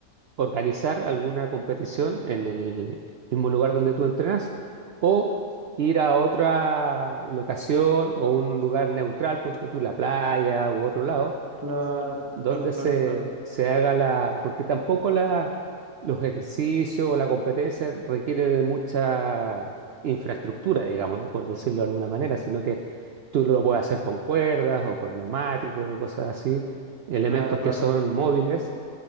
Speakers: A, on the right; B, on the right.
A: organizar alguna competición en el mismo lugar donde tú entrenas o ir a otra locación o un lugar neutral, ponte tú la playa u otro lado,
B: claro,
A: donde
B: claro, claro,
A: se,
B: claro,
A: se haga la, porque tampoco la, los ejercicios o la competencia requiere de mucha infraestructura, digamos, ¿no? por decirlo de alguna manera, sino que tú lo puedes hacer con cuerdas o con neumáticos o cosas así, elementos
B: claro, claro.
A: que son móviles